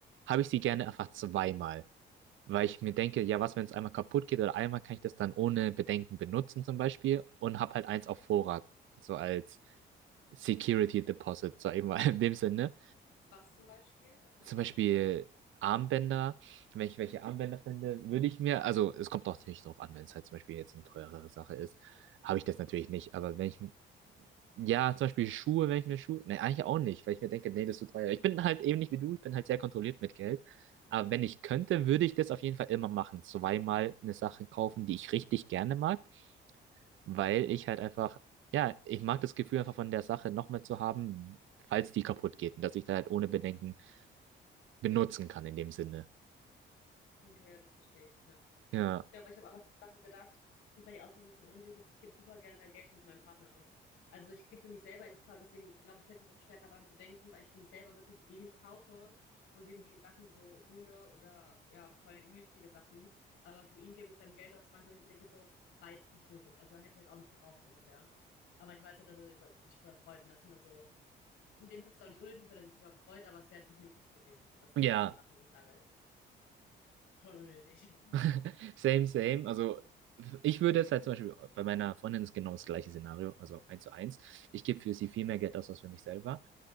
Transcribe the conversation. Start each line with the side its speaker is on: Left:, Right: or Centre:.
Right: habe ich sie gerne einfach zweimal. Weil ich mir denke, ja, was, wenn es einmal kaputt geht oder einmal kann ich das dann ohne Bedenken benutzen zum Beispiel und habe halt eins auf Vorrat. So als Security Deposit, sag ich mal <laughs> in dem Sinne.
Left: Was zum Beispiel? Hast du da
Right: Zum
Left: ein Beispiel?
Right: Beispiel Armbänder, wenn ich welche Armbänder finde, würde ich mir, also es kommt auch natürlich drauf an, wenn es halt zum Beispiel jetzt eine teurere Sache ist, habe ich das natürlich nicht, aber wenn ich ja, zum Beispiel Schuhe, wenn ich mir Schuhe. Ne, eigentlich auch nicht, weil ich mir denke, nee, das ist zu teuer. Ich bin halt eben nicht wie du, ich bin halt sehr kontrolliert mit Geld. Aber wenn ich könnte, würde ich das auf jeden Fall immer machen. Zweimal eine Sache kaufen, die ich richtig gerne mag, weil
Left: Hm,
Right: ich halt einfach, ja, ich mag das Gefühl einfach von der Sache nochmal zu haben, falls die kaputt geht und dass ich da halt ohne Bedenken benutzen kann in dem Sinne.
Left: Okay, ja, das verstehe ich. Ja.
Right: Ja.
Left: Ich glaube, ich habe auch an Sachen gedacht, die vielleicht auch so ein bisschen unnötig ist. Ich gebe super gerne Geld für meinen Partner aus. Also ich gebe für mich selber, ich kaufe, deswegen glaube ich, fällt mir es auch schwer, gerade daran zu denken, weil ich für mich selber wirklich wenig kaufe und wenige Sachen so hole oder ja, vor allem unnötige Sachen. Aber für ihn gebe ich dann Geld aus, manchmal, wo ich mir denke, so, war jetzt auch nicht nötig. Also hätte ich jetzt auch nicht gebraucht, so ungefähr. Aber ich weiß ja, dass er sich über- sich darüber freut und das sind dann so, in dem Sinne ist es auch nicht unnötig, weil er sich darüber freut, aber es wäre jetzt nicht nötig gewesen. So, das ist
Right: Ja.
Left: auch eine Sache, wo ich sage, schon unnötig.
Right: <laughs>
Left: <laughs>
Right: Same, same. Also ich würde jetzt halt zum Beispiel, bei meiner Freundin ist genau das gleiche Szenario, also eins zu eins. Ich gebe für sie viel mehr Geld aus als für mich selber.